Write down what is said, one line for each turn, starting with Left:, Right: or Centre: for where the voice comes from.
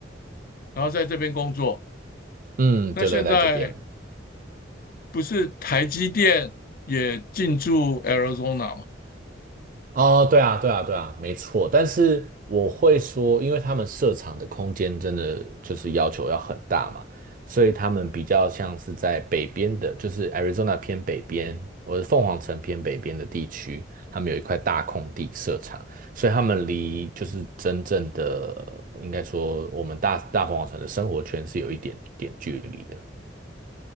Left: 然后在这边工作，
Right: 嗯，
Left: 那现在
Right: 就留在这边了。
Left: 不是台积电也进驻 Arizona 吗？
Right: 哦，对啊，对啊，对啊，没错。但是我会说，因为他们设厂的空间真的就是要求要很大嘛，所以他们比较像是在北边的，就是 Arizona 偏北边，或者凤凰城偏北边的地区，他们有一块大空地设厂，所以他们离就是真正的，应该说我们大大凤凰城的生活圈是有一点点距离的。